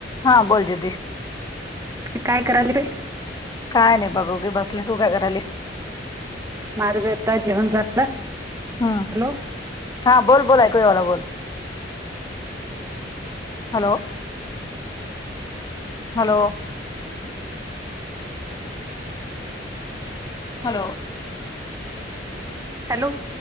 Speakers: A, on the left; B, on the right.
A: हा बोल दीदी
B: काय कराले बे?
A: काय नाही बघव घे बसले, तू काय कराले?
B: माझ बी आता जेवण झालं.
A: हम्म
B: हॅलो
A: हा हा, बोल बोल ऐकु येऊ आला बोल. हॅलो. हॅलो. हॅलो.
B: हॅलो.